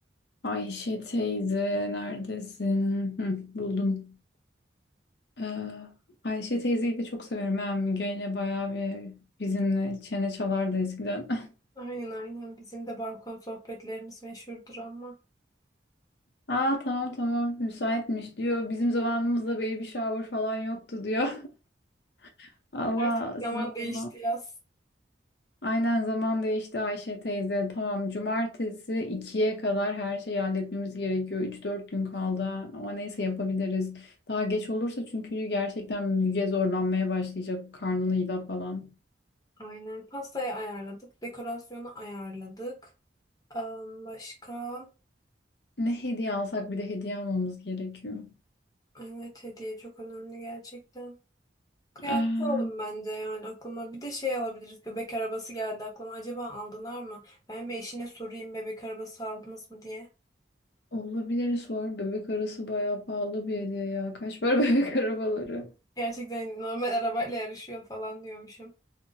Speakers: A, on the left; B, on the left.
A: Ayşe teyze neredesin? Hı, buldum. Ee, Ayşe teyzeyi de çok severim. Ben Müge ile bayağı bir bizimle çene çalardı eskiden. <laughs>
B: Aynen aynen bizim de balkon sohbetlerimiz meşhurdur ama
A: Aa tamam tamam müsaitmiş diyor. Bizim zamanımızda baby shower falan yoktu diyor. <laughs> Allah
B: artık
A: sizin
B: zaman değişti
A: zaman.
B: yaz.
A: Aynen zaman değişti Ayşe teyze. Tamam cumartesi ikiye kadar her şeyi halletmemiz gerekiyor. Üç dört gün kaldı ama neyse yapabiliriz. Daha geç olursa çünkü gerçekten Müge zorlanmaya başlayacak. Karnını yila falan.
B: Aynen pastayı ayarladık, dekorasyonu ayarladık. Am, başka?
A: Ne hediye alsak bir de hediye almamız gerekiyor.
B: Evet hediye çok önemli gerçekten. Kıyafet
A: Ee,
B: alalım bence yani aklıma. Bir de şey alabiliriz. Bebek arabası geldi aklıma. Acaba aldılar mı? Ben bir eşine sorayım bebek arabası aldınız mı diye.
A: olabilir sor. Bebek arası bayağı pahalı bir hediye ya. Kaç para <laughs> bebek arabaları?
B: Gerçekten normal <laughs> arabayla yarışıyor falan diyormuşum.